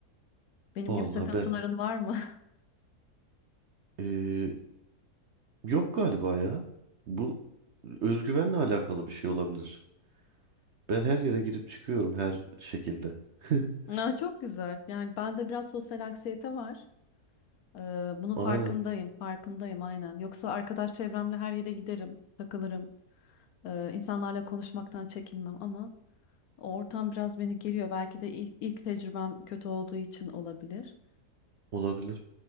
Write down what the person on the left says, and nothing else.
Benim
gibi takıntıların
var mı?
<laughs> Aa, çok güzel. Yani bende biraz sosyal anksiyete var. Ee, bunun farkındayım,
farkındayım aynen. Yoksa arkadaş çevremle her yere giderim, takılırım. Ee, insanlarla konuşmaktan çekinmem ama o ortam biraz beni geriyor. Belki de ilk, ilk tecrübem kötü olduğu için olabilir.